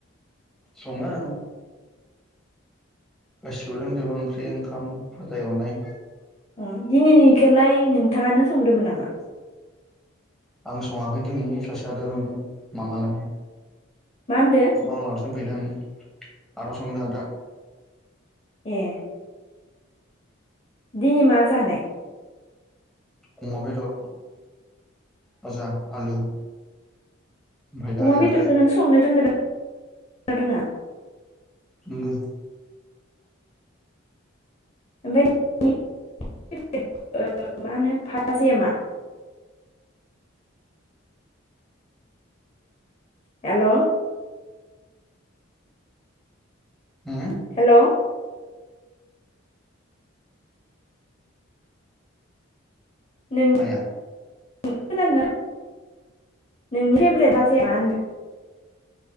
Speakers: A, in the centre; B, on the left.
A: सङो। गासिबो रोंजोबो ओंख्रि ओंखाम फाजा एवनाय।
B: अ' दिनैनि खोलाय नोंथाङानो संदोमोन नामा?
A: आं सङाखै दिनैनि सासे आदा संदों मामा लानि।
B: मा होनदो?
A: मामा लानावसो दंफैयोना आं आदा संदो आदा।
B: ए दिनि मा जानाय?
A: अमा बेदर भाजा आलु। ओमफ्राय दालि
B: अमा
A: ओंख्रि
B: बेदरखो नों संनो रोंगोना रोङा?
A: रोंगो।
B: ओमफ्राय नोंनि फेभरेट ओ माहोनो भाजाया मा? हेल'
A: उम
B: हेल' नों
A: माया?
B: खोनादोना? नोंनि फेभरेट भाजाया मा होनदो?